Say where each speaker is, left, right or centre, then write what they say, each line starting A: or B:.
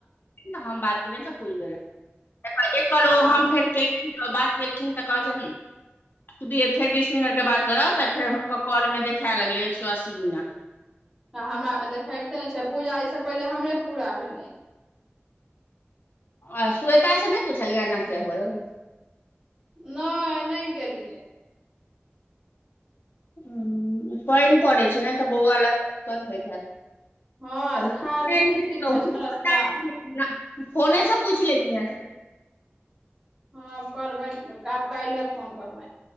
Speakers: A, on the left; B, on the right.
A: ऽ हम बात केलनि तऽ प <unintelligible> गेलाद एकल ओ
B: आ
A: हम फेर केलईअन तऽ बात केलखिन त कहै छै हम्म, बेर फेर बीस मिनट के बात कर अ तऽ फेर हुनक कॉल में देखै लगले एक सौ अस्सी मिनट।
B: हं हमरा मे देखेबते नै छै, पूजा ऐसे पहिले हमरे पूरा भेलै।
A: आ स्वेता से नयि पुछलिये एना किया होबब लगले।
B: नयि, नयि गेलियै।
A: हम्म पइन पड़े छै न तऽ बौउआ लक अ कत होइत हेत।
B: हँ
A: <unintelligible>
B: थाल किच किच होइ छै ने रस्ता
A: फोने से पूइछ ले छियन।
B: हँ करबन, आब कैइले फोन करबन।